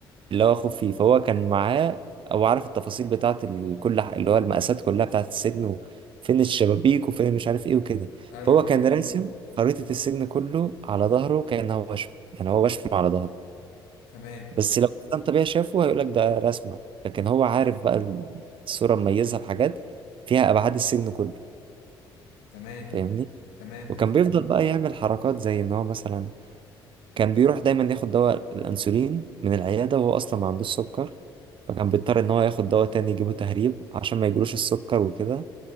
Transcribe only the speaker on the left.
ايوه
اه
تمام
تمام
تمام
تمام